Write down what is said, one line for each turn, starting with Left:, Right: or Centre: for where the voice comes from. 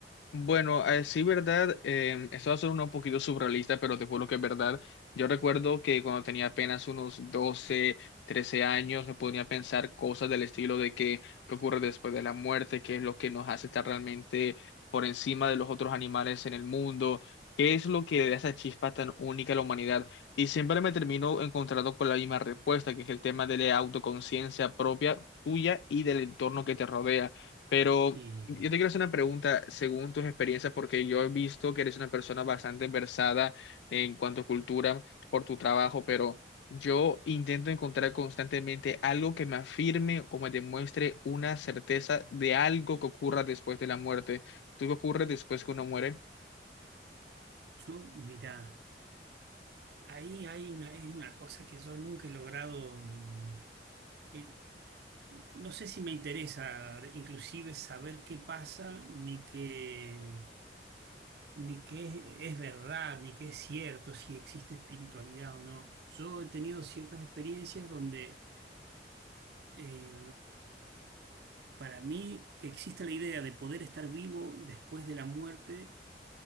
Left: Bueno, eh, sí, verdad, eh, esto va a ser un poquito surrealista, pero te juro que es verdad. Yo recuerdo que cuando tenía apenas unos doce, trece años, me ponía a pensar cosas del estilo de que, qué ocurre después de la muerte, qué es lo que nos hace estar realmente por encima de los otros animales en el mundo, qué es lo que le da esa chispa tan única a la humanidad. Y siempre me termino encontrando con la misma respuesta, que es el tema de la autoconciencia propia, tuya y del entorno que te rodea. Pero...
Right: Y
Left: Yo te quiero hacer una pregunta según tus experiencias, porque yo he visto que eres una persona bastante versada en cuanto a cultura por tu trabajo, pero yo intento encontrar constantemente algo que me afirme o me demuestre una certeza de algo que ocurra después de la muerte. ¿Tú qué ocurre después que uno muere?
Right: yo, mira, ahí hay una, es una cosa que yo nunca he logrado... mm, que No sé si me interesa inclusive saber qué pasa, ni qué, ni qué es verdad, ni qué es cierto, si existe espiritualidad o no. Yo he tenido ciertas experiencias donde eh, para mí que existe la idea de poder estar vivo después de la muerte